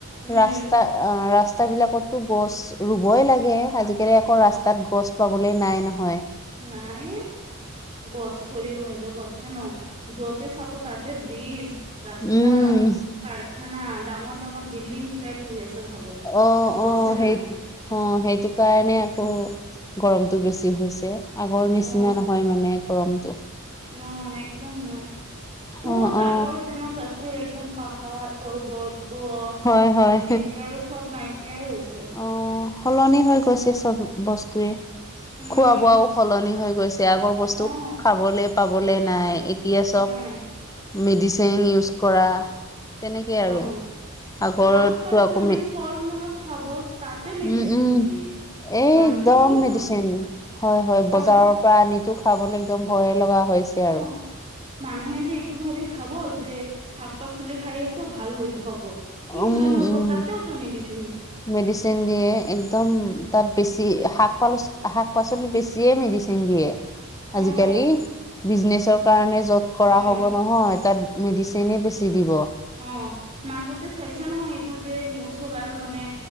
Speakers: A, on the right; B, on the left.
A: উম
B: ৰাস্তা অ ৰা ৰাস্তা বিলাকতো গছ ৰুবই লাগে আজিকালি আকৌ ৰাস্তাত গছ পাবলে নাই নহয়।
A: নাইয়ে। গছ কৰিব সিহঁতে গছে নহয় য'তে চাব তাতে ব্ৰিজ। ৰাস্তা,
B: উম
A: কাৰখানা ডাঙৰ ডাঙৰ বিল্ডিং ফ্লেট হৈ আছে। চাব
B: অ,
A: গছে
B: অ, সেই
A: নাই
B: অ' সেইটো কাৰণে আকৌ গৰমটো বেছি হৈছে আগৰ নিচিনা
A: অ
B: নহয় মানে গৰমটো।
A: নাই একদম নাই ক'ত
B: অ অ
A: আগৰ দিনত আছে একদম পাহাৰ, পৰ্বত, গছ
B: হয় হয়
A: এতিয়া আৰু সব নাই কিয়াই হৈছে।
B: অ সলনি হৈ গৈছে চব বস্তুৱে
A: উম
B: খোৱা বোৱাও সলনি হৈ গৈছে আগৰ বস্তু
A: অ
B: খাবলে পাবলে নাই এতিয়া চব
A: নাই
B: মেডিচিন ইউজ কৰা তেনেকে আৰু
A: অ,
B: আগৰতো
A: শাক পাচলি
B: আকৌ
A: ফল মূলত চাব তাতে মেডিচিন
B: উম উম
A: দি দিয়ে।
B: এই
A: মানুহে
B: একদম
A: কি
B: মেডিচিন
A: খাব
B: হয় হয়, বজাৰৰ
A: অ
B: পৰা আনিতো খাবলৈ একদম ভয়ে লগা হৈছে আৰু
A: অ, মানুহে যে এইটো ভাবি খাব যে শাক -পাচলি খাই আছোঁ ভাল হৈ হব কি
B: উম
A: ভাল হব
B: উম
A: তাতেও তো মিডিচি
B: মেডিচিন দিয়ে একদম তাত বেছি শাক পাচ শাক -পাচলি বেছিয়ে মেডিচিন দিয়ে। আজিকালি
A: অঁ
B: বিজনেচৰ কাৰণে য'ত কৰা
A: অঁ
B: হ'ব নহয় তাত মেডিচিনে বেছি দিব।
A: অ, মাজতে চাইছে নহয় এইটো যে নিউজ ওলাল মানে